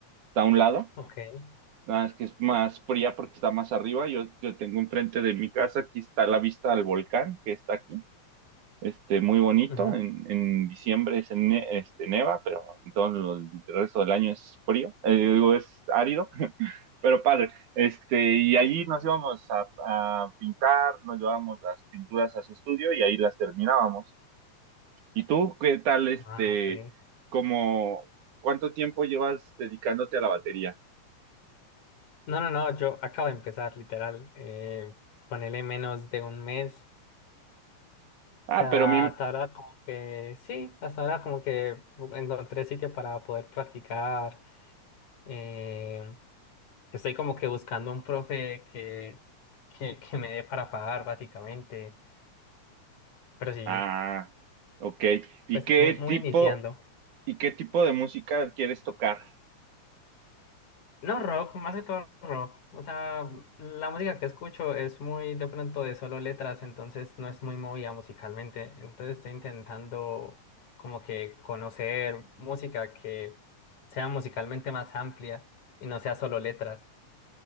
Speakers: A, on the right; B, on the left.
A: está a un lado,
B: ok.
A: nada más que es más fría porque está más arriba. Yo, yo tengo enfrente de mi casa, aquí está la vista al volcán que está aquí, este, muy bonito.
B: Ujú.
A: En, en diciembre es en ne- este, neva, pero en todo el resto del año es frío, eh, digo, es árido pero padre. Este, y allí nos íbamos a, a pintar, nos llevábamos las pinturas a su estudio y ahí las terminábamos. ¿Y tú qué tal, este,
B: Ah, ok.
A: como, cuánto tiempo llevas dedicándote a la batería?
B: No, no, no, yo acabo de empezar, literal. Eh, ponele menos de un mes.
A: Ah,
B: O sea,
A: pero mi,
B: hasta ahora como que, sí, hasta ahora como que encontré sitio para poder practicar. Eh, estoy como que buscando un profe que, que, que me dé para pagar, básicamente. Pero sí,
A: ah, ok. ¿Y
B: pues
A: qué
B: mu- muy
A: tipo,
B: iniciando.
A: y qué tipo de música quieres tocar?
B: No rock, más que todo rock. O sea, la música que escucho es muy de pronto de solo letras, entonces no es muy movida musicalmente. Entonces estoy intentando como que conocer música que sea musicalmente más amplia y no sea solo letras.